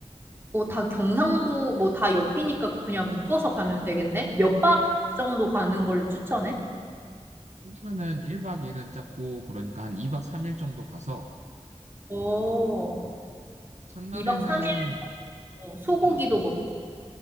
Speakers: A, on the right; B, on the right.
A: 뭐 다 경상도 뭐 다 옆이니까 그냥 묶어서 가면 되겠네? 몇 박 정도 가는 걸 추천해?
B: 휴가는 1박 2일은 잡고 그러니까 한 2박 3일 정도 가서
A: 어,
B: 첫날에는
A: 2박 3일 어, 소고기도
B: 응,
A: 먹고,